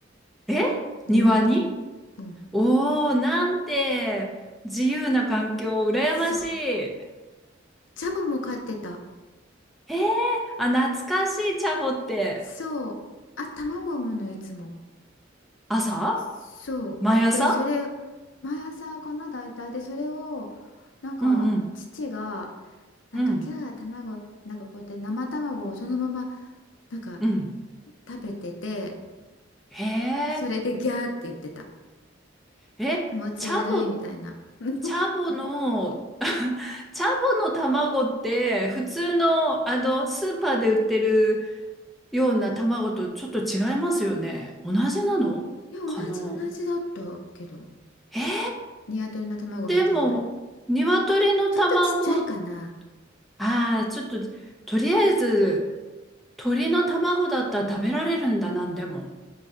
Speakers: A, in the centre; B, on the left.
A: ー。え庭に
B: 庭に。うん。
A: おおー、なんて、自由な環境、羨ましい。
B: そう。
A: え
B: チャボも飼ってた。
A: ー、あ、懐かしい、チャボって。
B: そう。あ、卵産むのいつも。
A: 朝
B: そう。
A: 毎朝
B: で、それ、毎朝かな、大体。で、それを、なんか、
A: うんうん。
B: 父が、なんか、
A: うん。
B: キャー、卵、なんかこうやって生卵をそのまま、なんか、
A: うん。
B: 食べてて、
A: へえ。
B: それでギャーって言ってた。
A: え、
B: 気持ち悪いみたいな。
A: チャボって
B: <laughs>
A: チャボの、<laughs> チャボの卵って普通の、あのスーパーで売ってるような卵とちょっと違いますよね。同じなのかな
B: いや、同じ同じだったけど、
A: えー、
B: 鶏の卵みたいな。
A: でも、鶏の卵、
B: ちょっとちっちゃいかな。
A: ああ、ちょっと、とりあえず、鳥の卵だったら食べられるんだ、なんでも。